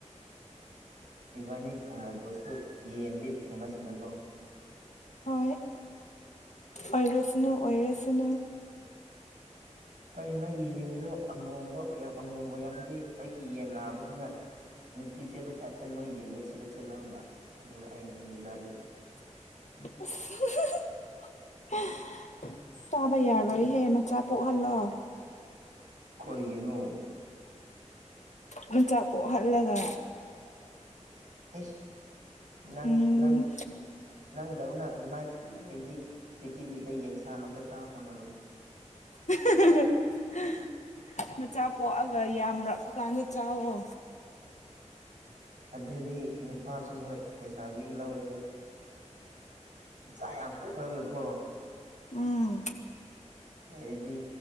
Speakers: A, on the right; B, on the left.
A: ꯏꯕꯥꯅꯤ ꯊꯨꯡꯅꯗ꯭ꯔꯁꯨ ꯌꯦꯟꯗꯤ ꯊꯨꯡꯅꯁꯅꯨꯀꯣ
B: ꯍꯣꯏ ꯑꯣꯏꯔꯁꯅꯨ ꯑꯣꯏꯔꯁꯅꯨ
A: ꯐꯩ ꯅꯪꯒꯤ ꯌꯦꯟꯗꯨꯣ ꯑꯃꯣꯝꯕ ꯑꯣꯏꯔꯝ ꯑꯃꯣꯝ ꯑꯣꯏꯔꯝꯗꯤ ꯑꯩꯒꯤ ꯌꯦꯟ ꯂꯥꯛꯕꯁꯤꯅ ꯅꯨꯄꯤ ꯆꯦꯟꯕ ꯇꯥꯏꯞꯇ ꯅꯣꯏ ꯌꯦꯟꯗ ꯁꯤꯗ ꯊꯤꯜꯂꯛꯑꯕ ꯑꯗꯨꯒ ꯑꯩꯅ ꯑꯅꯤ ꯆꯥꯗꯣꯏꯕ
B: <unintelligible> ꯆꯥꯕ ꯌꯥꯔꯣꯏꯍꯦ ꯃꯆꯥ ꯄꯣꯛꯍꯜꯂꯣ
A: ꯀꯒꯤꯅꯨ
B: ꯃꯆꯥꯥꯛ ꯄꯣꯛꯍꯜꯂꯒ
A: ꯏꯁ ꯅꯪ
B: ꯎꯝ
A: ꯅꯪ ꯅꯪꯗꯧꯅ ꯑꯗꯨꯃꯥꯏꯅ ꯈꯜꯂꯦ ꯂꯩꯗꯤ ꯄꯤꯔꯤꯊꯤꯕꯤꯗ ꯌꯦꯟꯁꯥ ꯑꯝꯇ ꯆꯥꯕ ꯐꯪꯉꯔꯣꯏ꯫
B: <unintelligible> ꯎꯝ꯫ ꯃꯆꯥ ꯄꯣꯛꯑꯒ ꯌꯥꯝꯔꯛꯄ ꯀꯥꯟꯗ ꯆꯋꯣ꯫
A: ꯑꯗꯨꯗꯤ ꯅꯨꯄꯥꯁꯨ ꯍꯣꯏ ꯂꯩꯁꯥꯕꯤ ꯂꯧꯔꯒ꯫ ꯃꯆꯥ ꯌꯥꯝ ꯄꯣꯛꯂꯒꯀꯣ꯫
B: ꯎꯝ
A: ꯂꯩꯔꯗꯤ